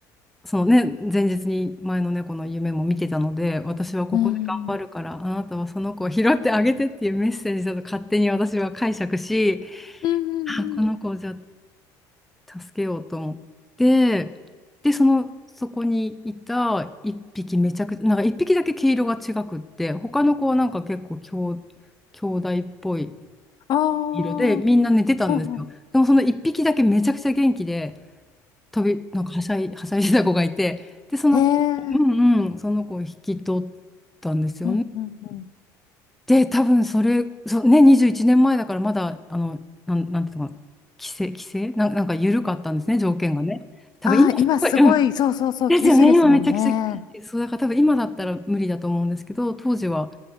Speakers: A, in the centre; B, on the left (about 50°).
A: そのね、前日に前の猫の夢も見てたので、私はここで頑張るから、
B: うん。
A: あなたはその子を拾ってあげてっていうメッセージだと勝手に私は解釈し、
B: うん
A: あ、この子をじゃあ
B: うん
A: 助けようと思って、で、その、そこにいた一匹めちゃくちゃ、なんか一匹だけ毛色が違くって、他の子はなんか結構兄、兄弟っぽい
B: ああ
A: 色で、みんな寝てたんですよ。
B: ー。うんうん。
A: でもその一匹だけめちゃくちゃ元気で、飛び、なんかはしゃい、はしゃいでた子がいて、で、その、
B: へえ。
A: うんうん、その子を引き取ったんですよね。
B: うんうんうん。
A: で、多分それ、そうね、21年前だからまだ、あの、なん、なんていうのかな、規制、規制なん、なんか緩かったんですね、条件がね。多分今、
B: ああ、今すごい、
A: すごい、うん。
B: そうそうそう、
A: ですよね、
B: 厳しいですもんね。
A: 今めちゃくちゃ厳しい、そう、だから多分今だったら無理だと思うんですけど、当時は